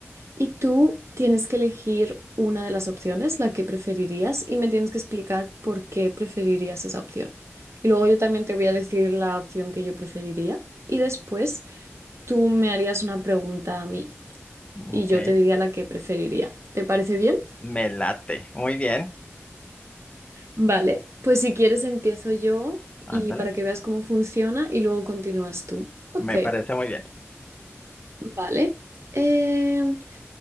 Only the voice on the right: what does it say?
Y tú tienes que elegir una de las opciones, la que preferirías, y me tienes que explicar por qué preferirías esa opción. Y luego yo también te voy a decir la opción que yo preferiría. Y después tú me harías una pregunta a mí
y yo te diría la que preferiría. ¿Te parece bien?
Vale, pues si quieres empiezo yo
y para que veas cómo funciona y luego continúas tú. Ok,
vale. Em,